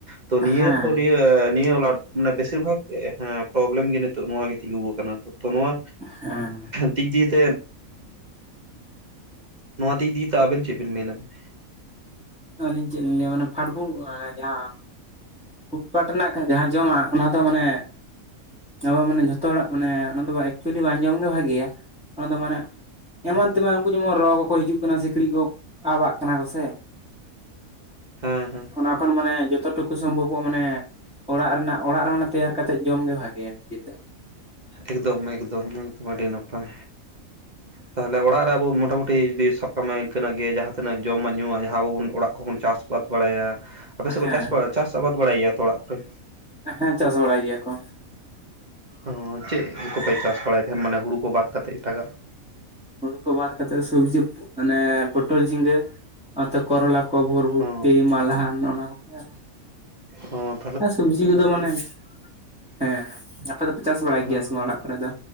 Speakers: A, on the right; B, in the centre.
A: ᱛᱚ ᱱᱤᱭᱟᱹ
B: ᱦᱮᱸ
A: ᱠᱚ ᱱᱤᱭᱟᱹ ᱱᱤᱭᱟᱹ ᱞᱟ ᱢᱟᱱᱮ ᱵᱮᱥᱤᱨ ᱵᱷᱟᱜᱽ ᱮᱸᱻᱦᱮᱸ ᱯᱨᱚᱵᱞᱮᱢ ᱜᱮ ᱱᱤᱛᱚᱜ ᱱᱚᱣᱟ ᱜᱮ ᱛᱤᱸᱜᱩ ᱟᱠᱟᱱᱟ ᱛᱚ ᱱᱚᱣᱟ
B: ᱦᱮᱸ
A: ᱫᱤᱠ ᱫᱤᱭᱮ ᱛᱮᱫ ᱱᱚᱣᱟ ᱫᱤᱠ ᱫᱤᱭᱤᱛᱮ ᱟᱵᱮᱱ ᱪᱮᱫ ᱵᱮᱱ ᱢᱮᱱ ᱱᱟᱵᱮᱱ?
B: ᱟᱹᱞᱤᱧ ᱪᱮᱫ ᱞᱤᱧ ᱞᱟᱹᱭᱟ ᱢᱟᱱᱮ ᱯᱷᱟᱴᱵᱷᱩᱝ ᱟᱸ ᱡᱟᱦᱟᱸ ᱯᱷᱩᱴᱯᱟᱴ ᱨᱮᱱᱟᱜ ᱡᱟᱦᱟᱸ ᱡᱚᱢᱟᱜ ᱚᱱᱟ ᱫᱚ ᱢᱟᱱᱮ ᱟᱵᱩ ᱢᱟᱱᱮ ᱡᱚᱛ ᱛᱚ ᱦᱚᱲᱟᱜ ᱢᱟᱱᱮ ᱚᱱᱟ ᱫᱚ ᱮᱠᱪᱩᱭᱮᱞᱤ ᱵᱟᱝ ᱡᱚᱢ ᱜᱤ ᱵᱷᱟᱜᱮᱭᱟ ᱚᱱᱟ ᱫᱚ ᱢᱟᱱᱮ ᱮᱢᱟᱱ
A: ᱦᱮᱸ
B: ᱛᱮᱢᱟᱱ ᱩᱱᱠᱩ ᱡᱮᱢᱚᱱ ᱨᱚᱸ ᱠᱚᱠᱚ ᱥᱮ ᱦᱤᱡᱩᱜ ᱠᱟᱱᱟ ᱥᱤᱠᱲᱤᱡ ᱠᱩ ᱟᱵᱼᱟᱜ ᱠᱟᱱᱟ ᱠᱚ ᱥᱮ
A: ᱦᱮᱸᱻᱦᱮᱸ
B: ᱚᱱᱟᱠᱷᱚᱱ ᱢᱟᱱᱮ ᱡᱚᱛᱳ ᱴᱩᱠᱩ ᱥᱚᱢᱵᱷᱚᱵ ᱠᱩ ᱢᱟᱱᱮ ᱚᱲᱟᱜ ᱨᱮᱱᱟᱜ ᱚᱲᱟᱜ ᱨᱮ ᱢᱟᱱᱮ ᱛᱮᱭᱟᱨ ᱠᱟᱛᱮᱫ ᱡᱚᱢ ᱜᱮ ᱵᱷᱟᱜᱮᱭᱟ ᱱᱤᱡᱮᱛᱮ
A: ᱮᱠᱫᱚᱢ-ᱮᱠᱫᱚᱢ ᱦᱚᱭ, ᱟᱹᱰᱤ ᱱᱟᱯᱟᱭ ᱛᱟᱦᱚᱞᱮ ᱚᱲᱟᱜ ᱨᱮ ᱟᱵᱩ ᱢᱚᱴᱟ-ᱢᱩᱴᱤ ᱡᱩᱫᱤ ᱥᱟᱵ ᱠᱟᱜ ᱢᱮ ᱡᱟᱦᱟᱸ ᱛᱤᱱᱟᱹᱜ ᱡᱚᱢᱟᱜ-ᱧᱩᱣᱟᱜ ᱡᱟᱦᱟᱸ ᱟᱵᱚ ᱵᱚᱱ ᱚᱲᱟᱜ ᱠᱷᱚᱱ ᱵᱚᱱ ᱪᱟᱥ ᱵᱟᱫ ᱵᱟᱲᱟᱭᱟ, ᱟᱯᱮ ᱥᱮᱫ ᱠᱚ
B: ᱦᱮᱸ
A: ᱪᱟᱥ ᱵᱟ ᱪᱟᱥ ᱟᱵᱟᱫ ᱵᱟᱲᱟᱭ ᱜᱮᱭᱟ ᱛᱚ ᱚᱲᱟᱜ ᱠᱚᱨᱮ
B: ᱦᱮᱸ ᱪᱟᱥ ᱵᱟᱲᱟᱭ ᱜᱮᱭᱟ ᱠᱚ
A: ᱚᱸᱻ ᱪᱮᱫ ᱠᱚᱯᱮ ᱪᱟᱥ ᱵᱟᱲᱟᱭ ᱛᱟᱦᱮᱱ ᱢᱟᱱᱮ ᱦᱳᱲᱳ ᱠᱚ ᱵᱟᱫ ᱠᱟᱛᱮᱫ ᱮᱴᱟᱜᱼᱟᱜ
B: ᱦᱳᱲᱳ ᱠᱚ ᱵᱟᱫ ᱠᱟᱛᱮᱫ ᱥᱩᱵᱡᱤ ᱟᱱᱮ ᱯᱚᱴᱚᱞ, ᱡᱷᱤᱸᱜᱟᱹ ᱚᱱᱛᱮ ᱠᱚᱨᱚᱞᱟ ᱠᱚ ᱵᱷᱚᱨ-ᱵᱷᱚᱴᱤ
A: ᱚ
B: ᱢᱟᱞᱦᱟᱱ ᱚᱱᱟ ᱠᱚ ᱜᱮ ᱟᱨᱦᱚᱸ
A: ᱳᱸ
B: ᱟᱨ ᱥᱩᱵᱡᱤ ᱠᱩᱫᱚ ᱢᱟᱱᱮ ᱦᱮᱸ ᱟᱯᱮ ᱫᱚᱯᱮ ᱪᱟᱥ ᱵᱟᱲᱟᱭ
A: ᱦᱮᱸ
B: ᱜᱮᱭᱟ ᱥᱮ ᱵᱟᱝ ᱚᱲᱟᱜ ᱠᱚᱨᱮ ᱫᱚ?